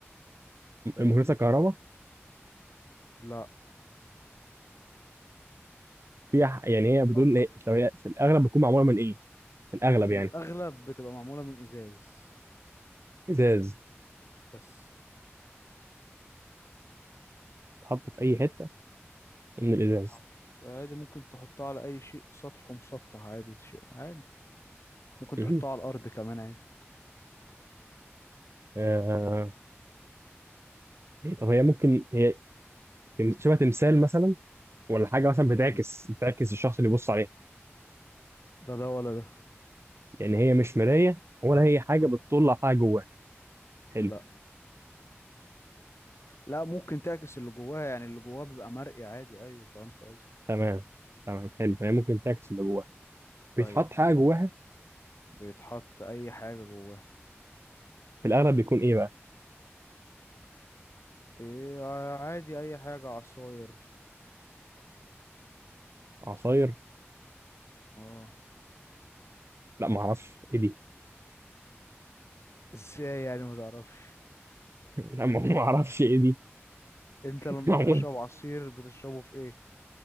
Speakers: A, on the left; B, on the right.
A: فاهمني
B: مهندسه كهرباء
A: لا
B: فيها ح- يعني هي بتقول
A: أك-
B: إيه؟ لو هي في الاغلب بتكون معموله من ايه في الاغلب
A: في
B: يعني
A: الاغلب بتبقى معموله من ازاز
B: ازاز
A: يس
B: اتحط في اي حته من الازاز
A: تتحط عادي ممكن تحطها على اي شيء سطح ومسطح عادي شيء عادي ممكن
B: مهم.
A: تحطها على الارض كمان عادي
B: آه... إيه طب هي ممكن هي تم- شبه تمثال مثلا ولا حاجه مثلا بتعكس
A: تمام.
B: بتعكس الشخص اللي بيبص عليها
A: لا ده ولا ده
B: يعني هي مش مرايه ولا هي حاجه
A: اه
B: بتطلع حاجه جواها حلو
A: لا لا ممكن تعكس اللي جواها يعني اللي جواها بيبقى مرئي عادي ايوه فهمت قصدي
B: تمام تمام حلو فهي ممكن تعكس اللي جواها بيتحط
A: ايوه
B: حاجه جواها
A: بيتحط اي حاجه جواها
B: في الاغلب بيكون ايه بقى
A: ايه عادي اي حاجه عصاير
B: عصاير
A: اه
B: لا ما اعرفش ايه دي
A: ازاي يعني ما تعرفش
B: لا ما <laughs> اعرفش ايه دي
A: انت لما
B: <laughs> معمول
A: بتشرب <laughs> عصير بتشربه في ايه